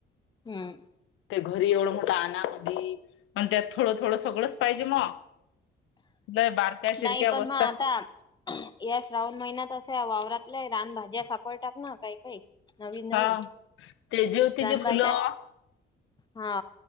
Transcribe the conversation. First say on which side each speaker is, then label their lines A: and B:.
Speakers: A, on the left; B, on the left.
A: हम्म.
B: ते घरी एवढं मोठ आनामधि म्हणत्यात थोडं थोडं सगळच पाहिजे मग. लय बारक्या चिरक्या
A: नाही पण
B: वस्ता
A: महं आता. या श्रावण महिन्यात असा वावरातल्या रानभज्या सापडतात ना काही काही. नवीन नवीन,
B: हा ते जेवतीचे
A: रानभाज्या
B: फुलं
A: हा.